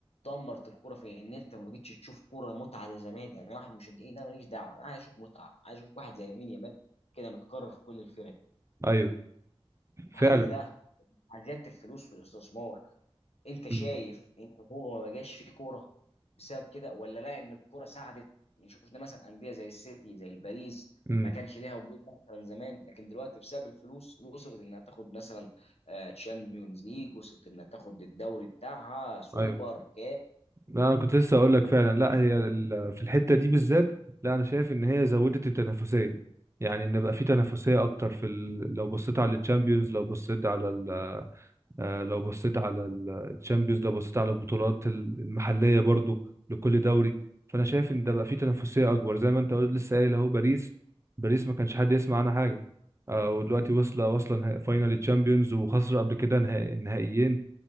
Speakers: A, on the left; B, on the right.
A: دمرت الكوره في ان انت ما بقتش تشوف كوره متعه زي زمان يعني واحد من المشجعين انا ماليش دعوه انا عايز اشوف متعه عايز اشوف واحد زي مين يامال كده متكرر في كل الفرق
B: ايوه
A: هل
B: فعلا
A: ده مع زياده الفلوس والاستثمار انت شايف
B: امم
A: ان هو ما بقاش فيه كوره بسبب كده ولا لا ان الكوره ساعدت يعني شفنا مثلا انديه زي السيتي زي الباريس
B: امم،
A: ما كانش ليها وجود مثلا زمان لكن دلوقتي بسبب الفلوس وصلت انها تاخد مثلا تشامبيونز ليج وصلت انها تاخد الدوري بتاعها سوبر
B: ايوه
A: كاس
B: لا انا كنت لسه اقول لك فعلا لا هي ال- في الحته دي بالذات لا انا شايف ان هي زودت التنافسيه يعني ان بقى في تنافسيه اكتر في ال... لو بصيت على الشامبيونز لو بصيت على ال... آه، لو بصيت على الشامبيونز لو بصيت على البطولات ال- المحليه برضو لكل دوري فانا شايف ان ده بقى في تنافسيه اكبر زي ما انت قلت- لسه قايل اهو باريس باريس ما كانش حد يسمع عنها حاجه آه، ودلوقتي واصله واصله نهائي فاينال تشامبيونز وخسر قبل كده نهائي... نهائيين